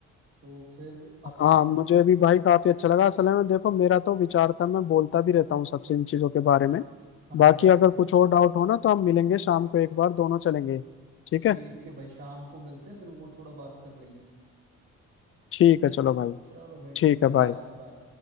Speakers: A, on the right (about 55°); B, on the left (about 45°).
A: तो फिर अपन
B: हाँ
A: इस
B: मुझे भी भाई काफी अच्छा लगा असल में देखो मेरा तो विचार था मैं बोलता भी रहता हूँ सबसे इन चीजों के बारे में
A: हाँ
B: बाकी
A: हाँ भाई
B: अगर कुछ और डाउट हो ना तो हम मिलेंगे शाम को एक बार दोनों चलेंगे ठीक
A: ठीक
B: है
A: है भाई शाम को मिलते हैं फिर और थोड़ा बात कर लेंगे
B: ठीक है चलो भाई
A: चलो भाई
B: ठीक
A: ठीक है
B: है भाई
A: बाय बाय